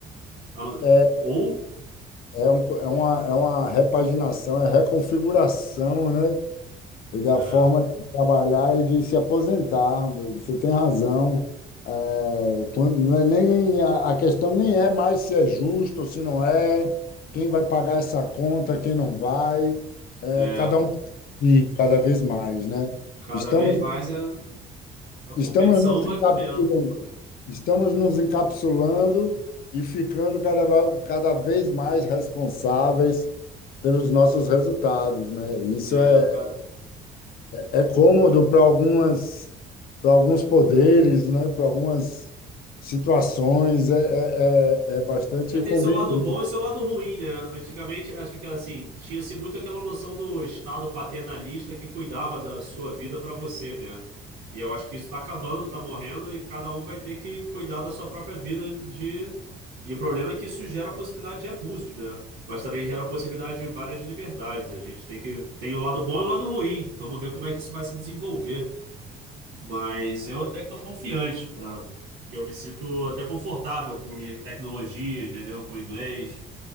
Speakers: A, on the right; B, on the left.
A: A não-
B: É,
A: Ou.
B: é, um- é uma, é uma repaginação, é reconfiguração, né? e da
A: É.
B: forma de trabalhar e de se aposentar. Você tem razão. É, quando- não é nem a a questão nem é mais se é justo ou se não é, quem vai pagar essa conta, quem não vai, é,
A: é.
B: cada um e cada vez mais, né?
A: Cada
B: Estamos
A: vez mais é, a competição
B: estamos nos
A: vai
B: encapsulando,
A: comendo.
B: estamos nos encapsulando e ficando cada, va- cada vez mais responsáveis pelos nossos resultados, né? Isso
A: É,
B: é,
A: cada...
B: é cômodo para algumas, para alguns poderes, né? Para algumas situações, é, é, é é bastante
A: é, tem
B: conveniente.
A: seu lado bom e seu lado ruim, né? Antigamente, acho que era assim, tinha-se muito aquela noção do Estado paternalista que cuidava da sua vida para você, né? E eu acho que isso está acabando, está morrendo, e cada um vai ter que cuidar da sua própria vida de... E o problema é que isso gera possibilidade de abusos, né? Mas também gera possibilidade de várias liberdades. A gente tem que... Tem o lado bom e o lado ruim. Vamos ver como é que isso vai se desenvolver. Mas eu até que estou confiante, pra... eu me sinto até confortável com tecnologia, entendeu? Com inglês.